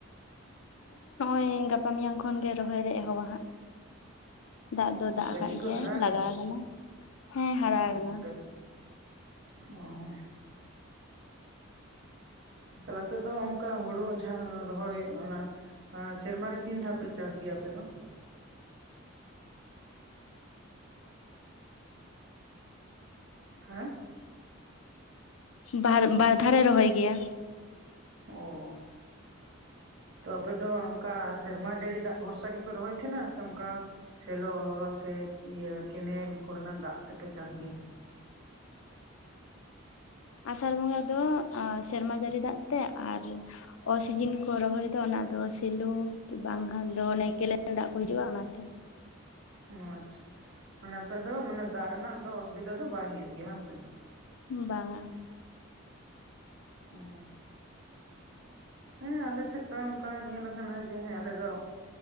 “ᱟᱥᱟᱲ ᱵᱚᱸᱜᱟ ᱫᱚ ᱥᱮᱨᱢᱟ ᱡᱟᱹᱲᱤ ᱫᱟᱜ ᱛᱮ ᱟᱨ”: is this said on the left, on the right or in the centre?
Left